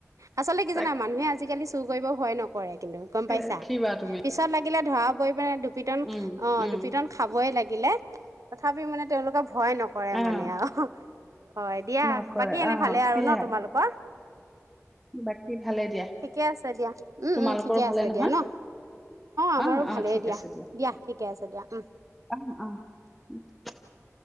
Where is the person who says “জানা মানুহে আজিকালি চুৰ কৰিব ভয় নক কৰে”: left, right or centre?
Right